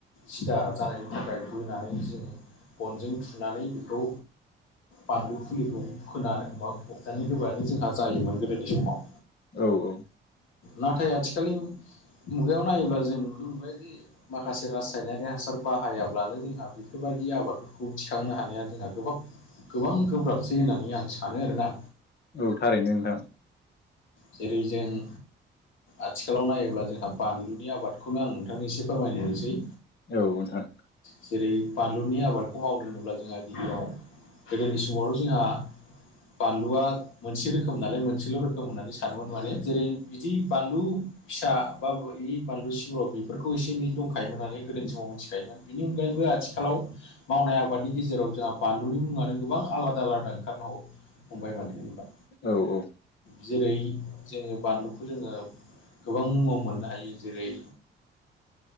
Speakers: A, on the left; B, on the left.
A: सिदा जानायनि थाखाय बोनानै जों बनजों थुनानै बेखौ बानलु फुलिखौ फोनानै बोमा फबनानै होबानो जोंहा जायोमोन गोदोनि समाव
B: औ औ
A: नाथाय आथिखाल मुगायाव नायोब्ला जों नुनो मोनबायदि माखासे रासायनारि हासार बाहायाब्लानो जोंहा बेफोरबायदि आबादफोरखौ थिखांनो हानाया जोंहा गोब गोबां गोब्राबसै होननानै आं सानो। आनो होन ना
B: औ थारैनो नोंथां
A: जेरै जों आथिखालाव नायोब्ला जोंहा बानलुनि आबादखौनो आं नोंथांनि एसे फोरमायनोसै।
B: औ नोंथां
A: जेरै बानलुनि आबादखौ मावनोलङोब्ला जोंहा गिबियाव गोदोनि समावल' जोंहा बानलुआ मोनसे रोखोम नालाय मोनसेल' रोखोम होननानै सानोमोन माने जेरै बिदि बानलु फिसा बा बे बानलु सिब' बेफोरखौ एसे एनै दंखायोमोन होननानै गोदो समाव मिथिखायोमोन। बेनि अनगायैबो आथिखालाव मावनाय आबादनि गेजेराव जोंहा बानलुनि मुङानो गोबां आलादा आलादा ओंखारनो हागौ। फमबाय मान होनबा
B: औ औ
A: जेरै जोङो बानलुखौ जोङो गोबां मुङाव मोननो हायो। जेरै